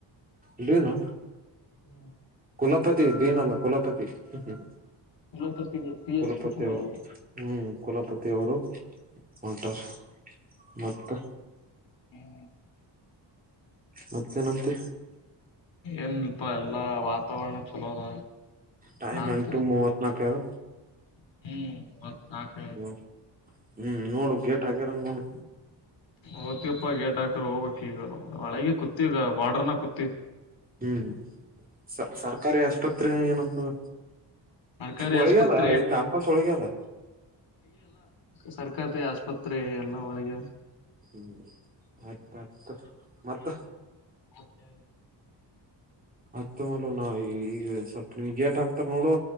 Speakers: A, on the right (about 20°); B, on the left (about 80°).
A: ಇದೇನ್
B: ಹ್ಮ
A: ಕುಲಪತಿ ಡಿನಲ್ಲ ಕುಲಪತಿ ಹ್ಮ
B: ಇಲೋಪತಿ ಪಿ
A: ಕುಲಪತಿ
B: ಎಚ್ ಕುಚಿನವರು
A: ಅವರು ಹ್ಮ್ ಕುಲಪತಿ ಅವರು ಹೊಂಟಾರ ಮತ್ತ್
B: ಹ
A: ಮತ್ತೇನಂತೆ
B: ಏನ್ಲ್ಪ ಎಲ್ಲಾ ವಾತಾವರಣ ಚಲೋದ
A: ಟೈಮ್
B: <unintelligible>
A: ಎಂಟು ಮೂವತ್ ನಾಲ್ಕ ಅದ
B: ಹ್ಮ್ ನಾಲ್ಕ
A: ಹ್ಮ ಹ್ಮ್ ನೋಡು ಗೇಟ್ ಹಾಕ್ಯಾರ ನೋಡ್
B: ಹೋತ್ತಿವಪ್ಪ ಗೇಟ್ ಹಾಕರ್ ಹೋಗ್ ಬೇಕ್ ಈಗ ಒಳಗೆ ಕೂತ್ತಿವಿಗ ಬಾರ್ಡರ್ನ ಕೂತ್ತಿವಿ
A: ಹ್ಮ್ ಸ ಸರ್ಕಾರಿ ಆಸ್ಪತ್ರೆ ಏನಂತದ
B: ಸರ್ಕಾರಿ
A: ಒಳಗದ
B: ಆಸ್ಪತ್ರೆ
A: ಇ ಕ್ಯಾಂಪಸ್ ಒಳಗದ
B: ಸರ್ಕದ ಆಸ್ಪತ್ರೆ ಎಲ್ಲಾ ಒಳಗೆ
A: ಹ್ಮ್ ಆಯ್ತು ಆಯ್ತು ಮತ್ತ
B: ಹ ಸೆ
A: ಅತ್ತ ಮೊಲ ನಾ ಈಗ ಸ್ವಲ್ಪ ನಿಮ್ ಗೇಟ್ ಹಾಕ್ತಾರ ನೋಡು